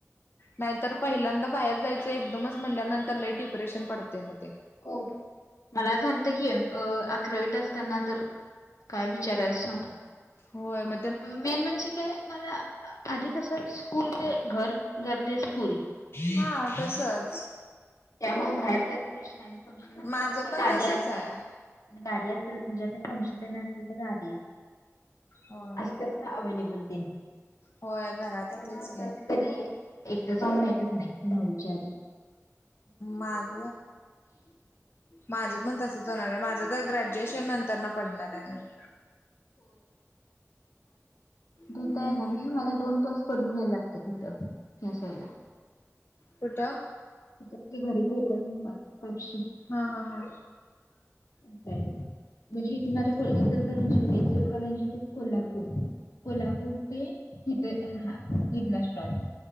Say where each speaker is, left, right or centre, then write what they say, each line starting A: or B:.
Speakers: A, on the left; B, on the left.
A: नाहीतर पहिल्यांदा बाहेर जायचं एकदमच म्हणल्यानंतर लई डिप्रेशन पडतंय मध्ये
B: खूप मला जालतकि अकरावीत असताना तर काय विचारायलाच नको.
A: होय म
B: मेन म्हणजे काय मला आधी कस स्कूल ते घर घर ते स्कूल
A: हा तसच
B: त्यामुळ बाहेर जायच प्रश्न आणि फंक्शन असेल
A: माझ
B: तर काय
A: पण
B: गादि
A: तसच
B: असत्याच
A: आहे
B: आणि गादी असेल म्हणजे आता फंक्शन तेन असेल तर गादी.
A: हो
B: असत्यात ना अवलेबल तेनी
A: होय घरात
B: त्यामुळ
A: तेच
B: अस
A: की
B: कदी एकट जाउन माहतीच नाही दहावीच्या आदी
A: माज माज पण तसच होणाराय ग्रॅज्युएशन
B: आता
A: नंतरन पडणाराय मी हम्म
B: दथाय ना मी मला दोन बस बदलून यायलागततत इथ <inaudible> ह्यासाईडला
A: कुट
B: घरी घरी कोक <inaudible>
A: हा हा हा
B: असाय. म्हणजे इतुन आता कोल इचलकरंजीहुन इचलकरंजीतुन कोलापूर कोलापूर ते इथे हा इतला स्टॉप